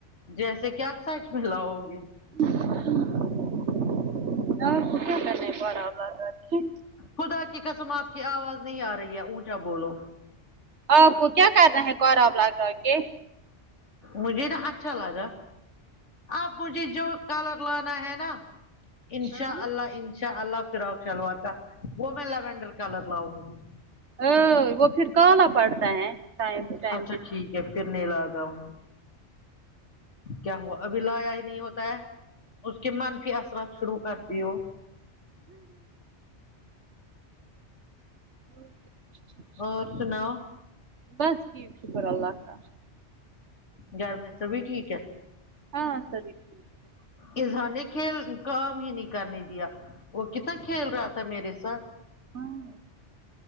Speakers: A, on the left; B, on the right.
A: جیسے کہ آپ سچ میں لؤ گی
B: <inaudible>
A: خدا کی قسم آپ کی آواز نہیں آ رہی ہے اونچا بولو
B: آپ کو کیا کرنا ہے کربلا کر کے
A: مجھے نا اچھا لگا آپ مجھے جو کالر لانا ہے نا انشاء
B: ہاں
A: اللہ انشاء اللہ فراق شلوار کا وہ میں لیوینڈر کلر لاؤں گی ج
B: ام وہ پھر کالا پڑتا ہے ٹائم ٹائم
A: اچھا
B: کے
A: ٹھیک
B: ساتھ
A: ہے پھر نیلا آ گاوں کیا ہوا ابھی لایا ہی نہیں ہوتا ہے اس کے منفی اثرات شروع کرتی ہو
B: اور کیا
A: اور سناؤ
B: بس ٹھیک شکر اللہ کا
A: گھر میں سبھی ٹھیک ہے
B: ہاں سبھی ٹھیک ہے
A: اذا نے کھیل کام ہی نہیں کرنے دیا وہ کتنا کھیل رہا تھا میرے ساتھ
B: ہاں